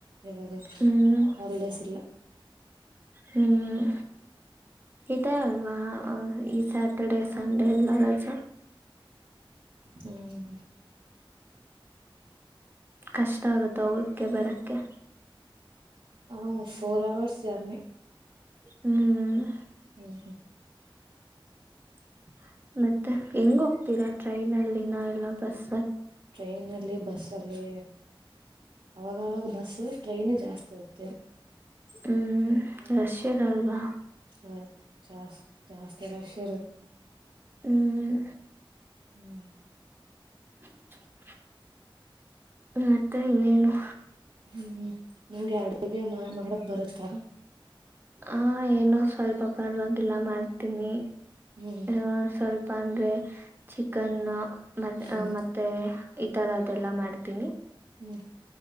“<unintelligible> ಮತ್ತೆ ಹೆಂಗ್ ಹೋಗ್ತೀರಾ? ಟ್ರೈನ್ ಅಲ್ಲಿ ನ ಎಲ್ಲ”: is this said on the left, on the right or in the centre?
Right